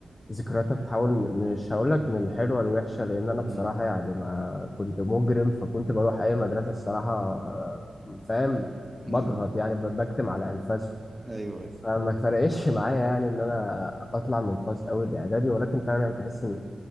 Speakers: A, on the left; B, on the right.
A: ذكرياتها بتحاول م- مش هقول لك من حلوة لوحشة لأن أنا
B: امم
A: بصراحة يعني ما كنت مجرم فكنت بروح أي مدرسة الصراحة آه، فاهم
B: امم
A: بضغط يعني ب- بكتم على أنفاسه
B: ايوه ايوه
A: فما فرقش معايا يعني إن أنا أطلع من فصل أول إعدادي ولكن فعلا تحس إن